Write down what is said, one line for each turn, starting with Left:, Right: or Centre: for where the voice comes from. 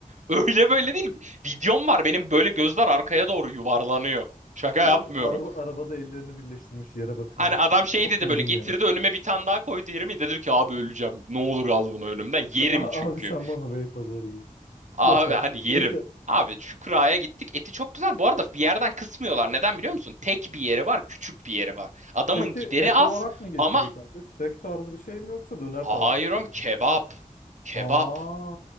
Right: Öyle böyle değil. Videom var benim böyle gözler arkaya doğru yuvarlanıyor. Şaka
Left: Senin
Right: yapmıyorum.
Left: araba, arabada ellerini birleştirmiş yere bakıyor.
Right: Hani adam şey
Left: Çok
Right: dedi
Left: yedim
Right: böyle getirdi
Left: ya.
Right: önüme bir tane daha koydu yerime dedim ki abi öleceğim ne olur al bunu önümden
Left: <laughs>
Right: yerim
Left: A-
Right: çünkü.
Left: abi sen bana Beypazarı getir.
Right: Abi
Left: Yeter.
Right: hani
Left: Yeter.
Right: yerim. Abi Şükra'ya gittik eti çok güzel bu arada bir yerden kısmıyorlar neden biliyor musun? Tek bir yeri var küçük bir yeri var. Adamın
Left: Peki
Right: gideri
Left: et
Right: az
Left: olarak ne getiriyor
Right: ama
Left: kanka? Steak tarzı bir şey mi yoksa döner
Right: hayır
Left: tarzı bir şey
Right: oğlum
Left: mi?
Right: kebap kebap.
Left: Ha,